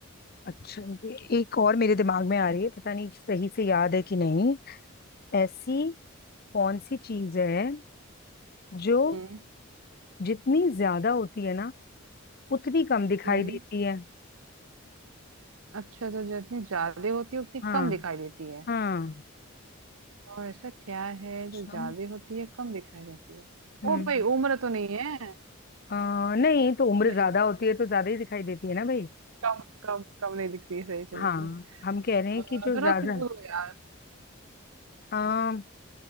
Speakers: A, on the left (about 45°); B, on the right (about 75°).
A: अच्छा ये एक और मेरे दिमाग में आ रही है पता नहीं सही से याद है कि नहीं
B: हम्म
A: ऐसी कौन सी चीज है जो
B: हम्म
A: जितनी ज्यादा होती है ना उतनी कम दिखाई
B: हम्म।
A: देती है
B: अच्छा तो जो जितनी ज्यादा होती है उतनी
A: हाँ
B: कम दिखाई देती है
A: हाँ
B: और ऐसा क्या है
A: अच्छा,
B: जो ज्यादा होती है कम दिखाई देती है
A: हम्म
B: ओ भाई उम्र तो नहीं है
A: आ, नहीं तो उम्र
B: नहीं
A: ज्यादा
B: नहीं
A: होती
B: नहीं नहीं,
A: है तो ज्यादा ही दिखाई देती है ना भाई
B: कम कम कम नहीं दिखती है सही सही
A: हाँ
B: सही
A: हम कह रहे
B: अ,
A: हैं कि जो
B: थोड़ा
A: ज्यादा
B: क्लू दो यार
A: आ,